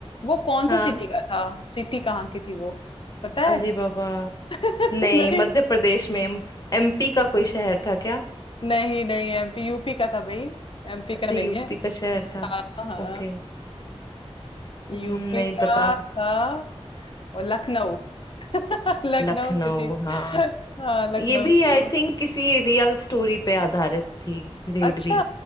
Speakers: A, on the left; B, on the left.
A: वो कौन
B: हाँ
A: से सिटी का था सिटी कहाँ की थी वो पता
B: अरे
A: है
B: बाबा
A: <laughs>
B: नहीं
A: नहीं
B: मध्य प्रदेश में एमपी का कोई शहर था क्या
A: नहीं नहीं एमपी यूपी का था भाई एमपी
B: अच्छा
A: का नहीं
B: यूपी
A: है
B: का शहर था
A: हाँ हाँ
B: ओके हम्म,
A: यूपी
B: नहीं
A: का
B: पता
A: था और लखनऊ <laughs> लखनऊ
B: लखनऊ
A: सिटी
B: हाँ
A: हाँ लखनऊ
B: ये भी
A: की
B: आई
A: है
B: थिंक किसी रियल स्टोरी पे आधारित थी रेड
A: अच्छा
B: भी